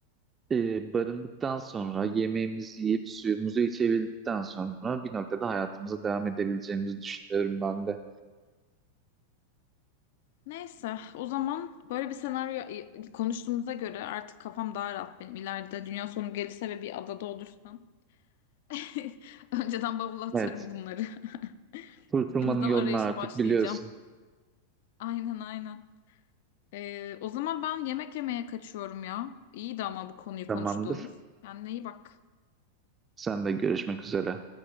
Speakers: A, on the right (about 20°); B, on the left (about 50°).
A: e, barındıktan sonra yemeğimizi yiyip suyumuzu içebildikten sonra bir noktada hayatımıza devam edebileceğimizi düşünüyorum ben de.
B: Neyse, o zaman böyle bir senaryo e, konuştuğumuza göre artık kafam daha rahat benim. İleride dünya sonu gelirse ve bir adada olursam <laughs> önceden bavula atarım
A: Evet.
B: bunları. <laughs>
A: Kurtulmanın
B: Şimdiden
A: yolunu
B: arayışa
A: artık
B: başlayacağım.
A: biliyorsun.
B: Aynen aynen. Ee, o zaman ben yemek yemeye kaçıyorum ya. İyiydi ama bu konuyu
A: Tamamdır.
B: konuştuğumuz. Kendine iyi bak.
A: Sen de görüşmek üzere.